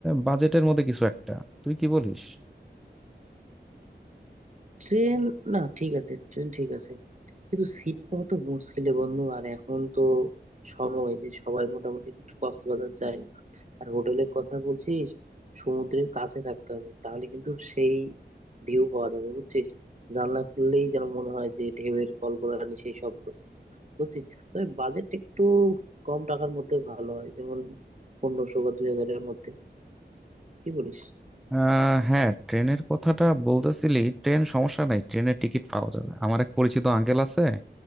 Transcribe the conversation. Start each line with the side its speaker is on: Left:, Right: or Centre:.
Centre: বাজেটের মধ্যে কিছু একটা তুই কি বলিস
Right: ট্রেন না ঠিক আছে ট্রেন ঠিক আছে কিন্তু সিট পাওয়া তো মুশকিলে বন্ধু আর এখন তো সময় যে সবাই মোটামুটি কক্সবাজার যায় আর হোটেলের কথা বলছিস সমুদ্রের কাছে থাকতে হবে তাহলে কিন্তু সেই ভিউ পাওয়া যাবে বুঝছিস জানলা খুললেই যেন মনে হয় যে ঢেউয়ের কলকলানি সেই শব্দ বুঝছিস তবে বাজেট একটু কম টাকার মধ্যে ভালো হয় যেমন পনেরোশো বা দুই হাজারের মধ্যে কি বলিস
Centre: আহ হ্যাঁ ট্রেনের কথাটা বলতেছিলি ট্রেন সমস্যা নাই ট্রেনের টিকিট পাওয়া যাবে আমার এক পরিচিত আঙ্কেল আছে